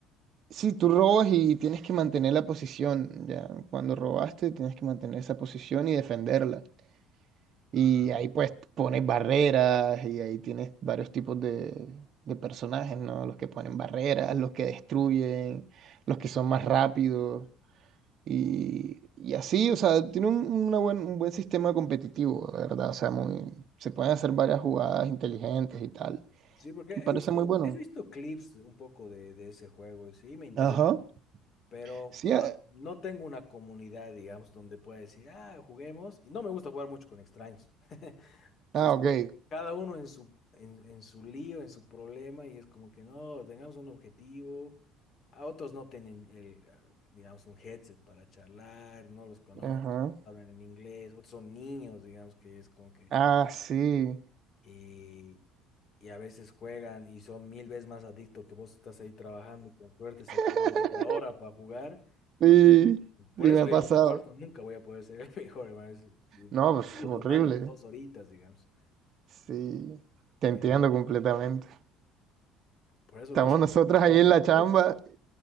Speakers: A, on the right; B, on the left.
A: sí, tú robas y tienes que mantener la posición, ya, cuando robaste tienes que mantener esa posición y defenderla. Y
B: ah
A: ahí pues pones barreras y ahí tienes varios tipos de, de personajes, ¿no? Los que ponen barreras, los que destruyen, los que son más rápidos y, y así, o sea, tiene un, una buen, un buen sistema competitivo, la verdad, o sea, muy, se pueden hacer varias jugadas inteligentes y tal.
B: Sí, porque
A: Me
B: he
A: parece
B: visto,
A: muy bueno.
B: he visto clips un poco de, de ese juego, y sí, me interesa,
A: Ajá.
B: pero
A: Sí,
B: no,
A: ah,
B: no tengo una comunidad, digamos, donde pueda decir, ah, juguemos, y no me gusta jugar mucho con extraños. <laughs>
A: ah,
B: Es
A: ok.
B: cada uno en su, en, en su lío, en su problema, y es como que no, tengamos un objetivo, a otros no tienen, el, eh, digamos, un headset para charlar, no los conozco,
A: Ajá.
B: hablan en inglés, otros son niños, digamos, que es como que...
A: Ah, sí.
B: eh, y a veces juegan y son mil veces más adictos que vos estás ahí trabajando y con suerte sacando
A: <laughs>
B: media hora para jugar.
A: Sí,
B: Por
A: sí
B: eso,
A: me ha
B: digamos,
A: pasado.
B: en cuarto nunca voy a poder ser el <laughs> mejor, hermano. Es, el
A: No, pues
B: fin de
A: horrible.
B: semana, dos horitas, digamos.
A: Sí, te
B: Pero
A: entiendo completamente.
B: por eso
A: Estamos
B: los...
A: nosotros ahí en la chamba
B: shooters,